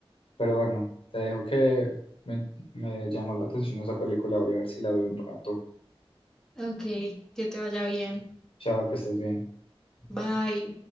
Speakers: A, on the left; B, in the centre.
A: pero bueno, te dejo que me, me llamó la atención esa película, voy a ver si la veo un rato.
B: Ok, que te vaya bien.
A: Chao, que estés bien.
B: Bye.